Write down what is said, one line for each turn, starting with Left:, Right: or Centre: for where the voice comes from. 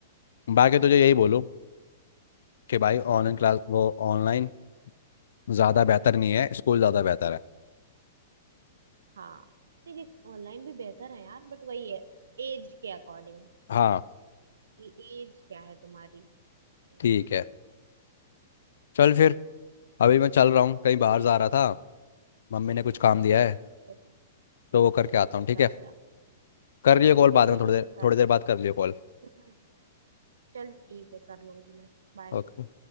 Left: बाकी तुझे यही बोलूँ कि भाई ऑनलाइन क्लास वो
Right: हम्म।
Left: ऑनलाइन ज़्यादा बेहतर नहीं है स्कूल ज़्यादा बेहतर है
Right: हाँ देखिए ऑनलाइन भी बेहतर है यार बट वही है एज के अकॉर्डिंग
Left: हाँ
Right: कि एज क्या है तुम्हारी हम्म।
Left: ठीक है चल फिर अभी मैं चल रहा हूँ कहीं बाहर
Right: ठीक
Left: जा रहा था मम्मी ने कुछ काम दिया है
Right: ठीक है ठीक
Left: तो वो करके आता हूँ
Right: है
Left: ठीक
Right: जा
Left: है
Right: जा कर ले।
Left: कर
Right: ठीक
Left: लियो कॉल बाद में
Right: है
Left: थोड़ी
Right: ठीक
Left: देर
Right: है कर
Left: थोड़ी
Right: ले
Left: देर बाद कर लियो कॉल
Right: हम्म, चल ठीक है कर लूंगी मैं बाय
Left: ओके